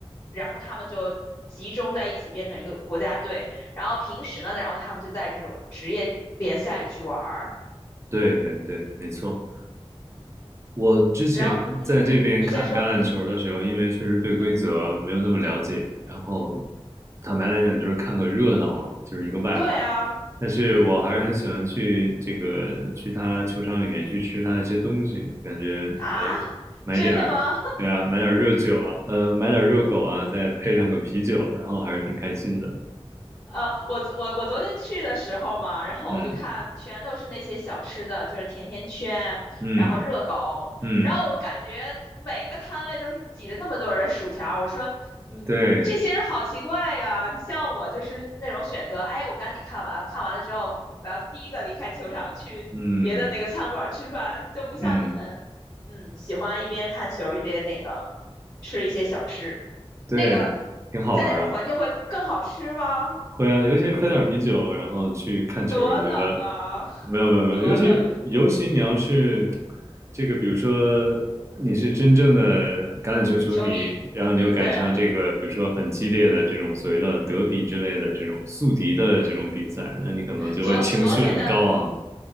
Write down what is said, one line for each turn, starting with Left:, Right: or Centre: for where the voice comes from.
Left: 然后他们就集中在一起变成一个国家队，然后平时呢，然后他们就在这种职业联赛里去玩儿。
Right: 对对对，没错。我之前在这边看橄榄球的时候，
Left: 然后，嗯，你先说，嗯
Right: 因为确实对规则没有那么了解，
Left: 嗯，
Right: 然后坦白来讲就是看个热闹嘛，就是一个外行。
Left: 对啊，
Right: 但是我还是很喜欢去这个去他球场里面去吃他一些东西，
Left: 嗯
Right: 感觉哎，
Left: 啊，
Right: 买点儿对啊，
Left: 真的吗？
Right: 买点儿热酒啊，呃，买点儿热狗啊，再配上个啤酒，然后还是挺开心的。
Left: 呃，我昨我我昨天去的时候嘛，然后我就看全都是那些小吃的，
Right: 嗯
Left: 就是甜甜圈，
Right: 嗯
Left: 然后热狗，
Right: 嗯，
Left: 然后我感觉每个摊位都是挤着那么多人薯条，我说，嗯，
Right: 对，
Left: 这些人好奇怪呀。你像我就是那种选择，哎，我赶紧看完，看完了之后，我要第一个离开球场去别的那个餐馆吃饭，
Right: 嗯
Left: 就不像你们，
Right: 嗯
Left: 嗯，喜欢一边看球一边那个吃一些小吃，
Right: 对啊，
Left: 那个
Right: 挺好玩的。
Left: 在那种环境会更好吃吗？
Right: 会啊，尤其喝点啤酒，然后去看球，
Left: 多冷啊，
Right: 我觉得没有没有没有，
Left: 多冷！
Right: 尤其尤其你要是这个，比如说你是真正的橄榄球球迷，
Left: 球迷，
Right: 然后你又赶上这个，
Left: 嗯，对啊，
Right: 比如说很激烈的这种所谓的德比之类的这种宿敌的这种比赛，
Left: 嗯，
Right: 那你可能就会情绪很高昂。
Left: 昨昨天的